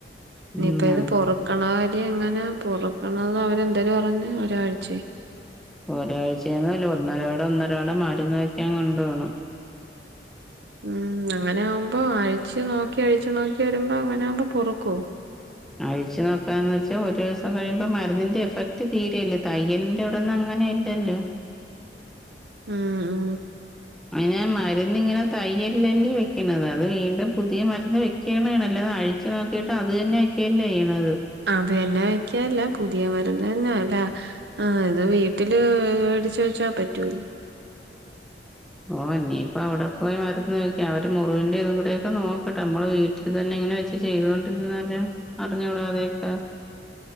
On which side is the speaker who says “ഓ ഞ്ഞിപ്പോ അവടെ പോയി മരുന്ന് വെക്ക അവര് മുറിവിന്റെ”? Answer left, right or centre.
Centre